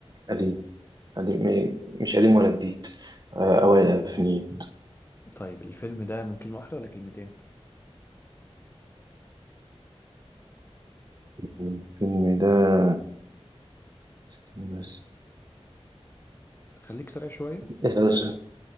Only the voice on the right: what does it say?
قديم قديم إيه، مش قديم ولا جديد آه، أوائل الألفينيات
الفيلم ده استنى
بس-